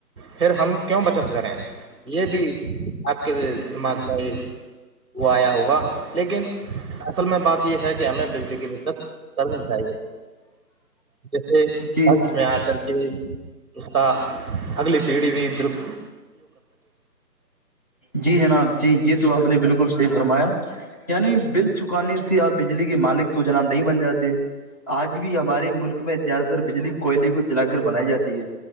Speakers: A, on the right (about 15°); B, on the left (about 25°).
A: پھر ہم کیوں بچت کریں یہ بھی آپ کے دماغ میں وہ آیا ہوگا لیکن اصل میں بات یہ ہے کہ ہمیں بجلی کی بکت چلنی چاہیے جیسے
B: جی
A: وت
B: جی
A: میں آ کر کے اس کا اگلی پیڑھی بھی دپ
B: جی جناب جی یہ تو آپ نے بالکل صحی فرمایا یعنی بل چکانے سے آپ بجلی کے مالک تو جناب نہیں بن جاتے آج بھی ہمارے ملک میں زیادہ تر بجلی کوئلے کو جلا کر بنائی جاتی ہے